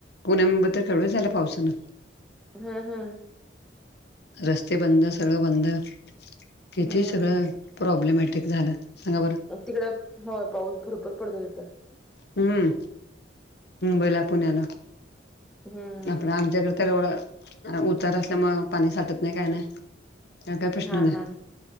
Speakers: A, on the left; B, in the centre.
A: पुण्या मुंबईत तर केवढं झालं पावसानं.
B: हम् हम्म.
A: रस्ते बंद. सगळं बंद किती
B: हम्म
A: सगळं प्रॉब्लेमॅटिक झालं सांगा बरं?
B: तिकड पाऊस भरपूर पडतो तिथं.
A: हम्म मुंबईला पुण्याला.
B: हम्म
A: आपण आमच्याकडे तर एवडं उतार असल्यामु पाणी साठत नाही काय नाही. काय प्रश्न
B: हा
A: नाही.
B: हा